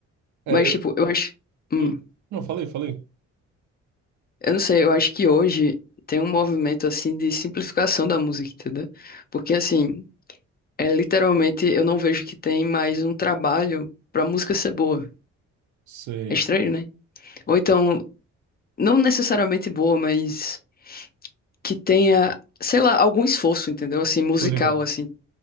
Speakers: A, on the right; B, on the left.
A: É,
B: Mas,
A: eu...
B: tipo, eu acho. hum,
A: hum. Não, falei, falei.
B: Eu não sei, eu acho que hoje tem um movimento assim de simplificação da música, entendeu? Porque assim, é literalmente eu não vejo que tem mais um trabalho pra música ser boa.
A: Sei,
B: É estranho, né? Ou então, não necessariamente boa, mas que tenha, sei lá, algum esforço, entendeu? Assim, musical,
A: tô ligado.
B: assim,